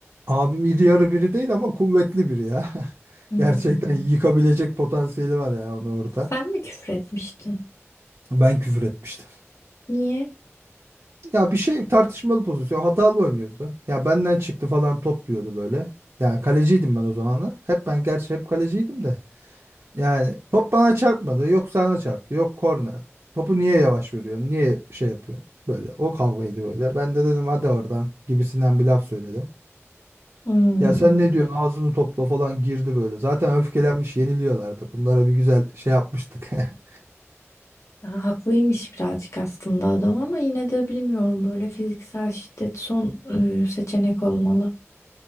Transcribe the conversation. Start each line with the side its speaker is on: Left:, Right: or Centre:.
Right: Abim iri yarı biri değil ama kuvvetli biri ya. <laughs>
Left: Hmm.
Right: Gerçekten yıkabilecek potansiyeli var ya onu orada.
Left: Sen mi küfür etmiştin?
Right: Ben küfür etmiştim.
Left: Niye?
Right: Ya bir şey tartışmalı pozisyon. Hatalı oynuyordu. Ya benden çıktı falan top diyordu böyle. Yani kaleciydim ben o zamanlar. Hep ben gerçi hep kaleciydim de. Yani top bana çarpmadı. Yok sana çarptı. Yok korner. Topu niye yavaş veriyorsun? Niye şey yapıyorsun? Böyle o kavgaydı böyle. Ben de dedim hadi oradan gibisinden bir laf söyledim.
Left: Hmm.
Right: Ya sen ne diyorsun ağzını topla falan girdi böyle. Zaten öfkelenmiş yeniliyorlardı. Bunlara bir güzel şey yapmıştık. <laughs>
Left: Ya, haklıymış birazcık aslında adam ama yine de bilmiyorum böyle fiziksel şiddet son e, seçenek olmalı.